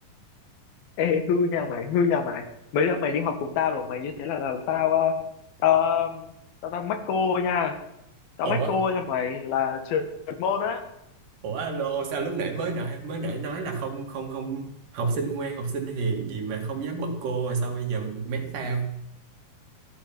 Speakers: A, on the left; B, on the right.
A: Ê, hư nha mày, hư nha mày. Mấy đứa mày đi học cùng tao rồi, mày như thế là, là, tao, ờ, tao, tao, tao mắc cô nha. Tao
B: ủa
A: mắc cô nha mày, là trượt môn á.
B: Ủa alo sao lúc nãy mới nãy mới nãy nói là không không không học sinh ngoan học sinh hiền gì mà không dám bật cô rồi sao bây giờ mét tao